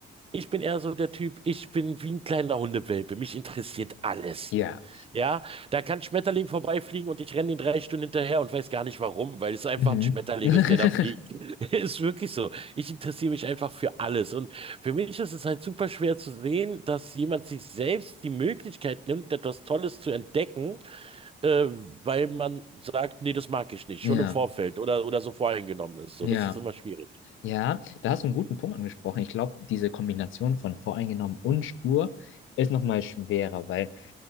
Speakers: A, on the right; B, on the left.
A: ich bin eher so der Typ, ich bin wie ein kleiner Hundewelpe. Mich interessiert alles.
B: Ja,
A: Ja, da kann Schmetterling vorbeifliegen und ich renne ihn drei Stunden hinterher und weiß gar nicht warum, weil es einfach
B: mhm.
A: ein Schmetterling
B: <laughs>
A: ist, der da fliegt. <laughs> Ist wirklich so. Ich interessiere mich einfach für alles. Und für mich ist es halt super schwer zu sehen, dass jemand sich selbst die Möglichkeit nimmt, etwas Tolles zu entdecken äh, weil man sagt, nee, das mag ich nicht,
B: Ja,
A: schon im Vorfeld oder, oder so voreingenommen ist. So,
B: ja.
A: das ist immer schwierig.
B: Ja, da hast du einen guten Punkt angesprochen. Ich glaube, diese Kombination von voreingenommen und stur ist nochmal schwerer, weil